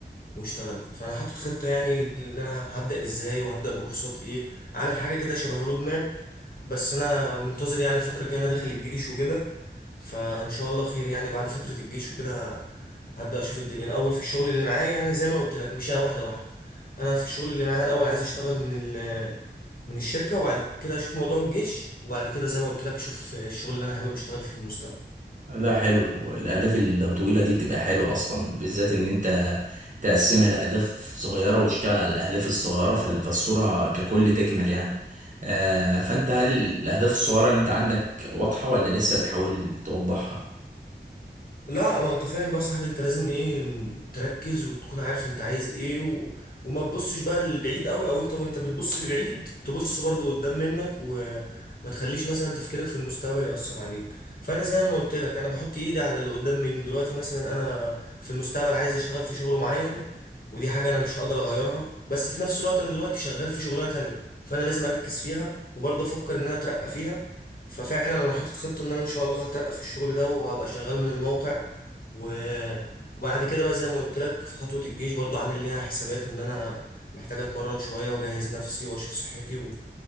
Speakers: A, on the left; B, on the right.
A: واشتغلت فانا حاطط خطه يعني اللي انا هبدا ازاي وهبدا بكورسات ايه عامل حاجه كده شبه رود ماب بس انا منتظر يعني الفتره الجايه انا داخل الجيش وكده فان شاء الله خير يعني بعد فتره الجيش وكده هبدا اشوف الدنيا الاول في الشغل اللي معايا انا زي ما قلت لك مشيها واحده واحده انا في الشغل اللي معايا الاول عايز اشتغل من ال من الشركه وبعد كده اشوف موضوع الجيش وبعد كده زي ما قلت لك اشوف الشغل اللي انا حابب اشتغل فيه في المستقبل
B: لا حلو الأهداف الطويلة دي بتبقى حلوة أصلا بالذات إن أنت تقسمها لأهداف صغيرة وتشتغل على الأهداف الصغيرة فال- فالصورة ككل تكمل يعني آه، فأنت هل الأهداف الصغيرة أنت عندك واضحة ولا لسه بتحاول توضحها؟
A: لا ما انت فاهم بقى يا صاحبي انت لازم ايه تركز وتكون عارف انت عايز ايه و... وما تبصش بقى لبعيد قوي او انت وانت بتبص لبعيد تبص برضو قدام منك وما تخليش مثلا تفكيرك في المستقبل يأثر عليك فانا زي ما قلت لك انا بحط ايدي على اللي قدام مني دلوقتي مثلا انا في المستقبل عايز اشتغل في شغل معين ودي حاجة انا مش هقدر اغيرها بس في نفس الوقت انا دلوقتي شغال في شغلانة تانية فانا لازم اركز فيها وبرضه افكر ان انا اترقى فيها ففعلا انا حاطط خطه ان انا ان شاء الله هترقى في الشغل ده وهبقى شغال من الموقع و... وبعد كده بقى زي ما قلت لك في خطوه الجيش برضو عامل ليها حسابات ان انا محتاج اتمرن شويه واجهز نفسي واشوف صحتي و...